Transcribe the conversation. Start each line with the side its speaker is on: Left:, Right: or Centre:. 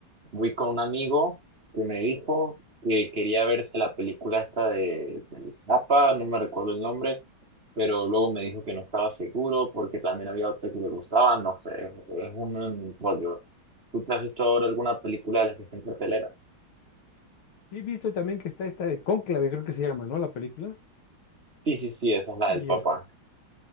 Right: fui con un amigo que me dijo que quería verse la película esta de, de Papa, no me recuerdo el nombre pero luego me dijo que no estaba seguro porque también había otra que le gustaba, no sé, es, es un rollo. ¿Tú te has visto ahora alguna película de las que está en cartelera?
Left: Sí, he visto también que está esta de Cónclave, creo que se llama, ¿no? La película.
Right: Sí, sí, sí, esa es la
Left: Y
Right: del papá.
Left: es